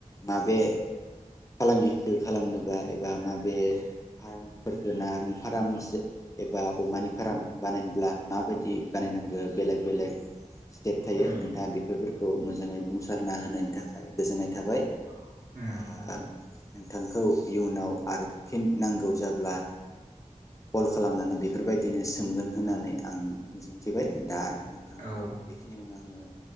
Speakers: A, on the left; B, on the right.
A: माबे फालांगिखौ खालामनोबा एबा माबे फार्मफोरखौ ना फारामसे एबा अमानि फार्म बानायनोब्ला माबायदि बानायनांगो बेलेग बेलेग स्टेप थायो
B: उम
A: नोंथाङा बेफोरखौ मोजाङै बुंसारना होनायनि थाखाय गोजोननाय थाबाय।
B: होम
A: ओ नोंथांखौ इयुनाव आरो फिन नांगौ जाब्ला कल खालामनानै बे बेफोरबायदिनो सोंगोन होननानै आं मिजिंथिबाय दा नोंथांखौ
B: औ
A: बेखिनियावनो आङो